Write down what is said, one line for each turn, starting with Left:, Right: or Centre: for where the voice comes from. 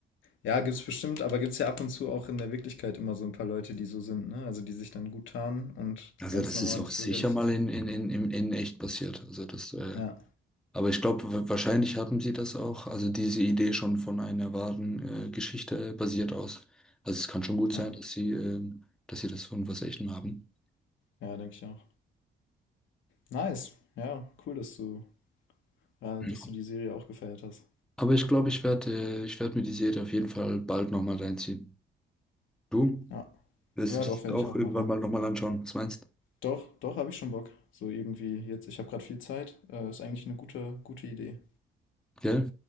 Left: Ja, gibt's bestimmt, aber gibt's ja ab und zu auch in der Wirklichkeit immer so ein paar Leute, die so sind, ne? Also die sich dann gut tarnen und
Centre: Also
Left: ganz
Centre: das
Left: normales
Centre: ist auch sicher
Left: Bürgerliches.
Centre: mal in, in, in, in in echt passiert. Also das äh,
Left: Ja,
Centre: Aber ich glaube, wahrscheinlich haben sie das auch, also diese Idee schon von einer wahren äh, Geschichte äh, basiert aus. Also es kann schon gut
Left: ja,
Centre: sein, dass sie, ähm, dass sie das von was Echtem haben.
Left: ja, denke ich auch. Nice. Ja, cool, dass du, ja,
Centre: Ja.
Left: dass du die Serie auch gefeiert hast.
Centre: Aber ich glaube, ich werde äh, ich werd mir die Serie auf jeden Fall bald nochmal reinziehen. Du?
Left: Ja.
Centre: Wirst
Left: Ja,
Centre: du das
Left: doch, werde
Centre: auch
Left: ich auch
Centre: irgendwann
Left: machen.
Centre: mal nochmal anschauen? Was meinst du?
Left: Doch, doch, habe ich schon Bock. So irgendwie jetzt, ich habe gerade viel Zeit. Äh, ist eigentlich eine gute, gute Idee.
Centre: Gell?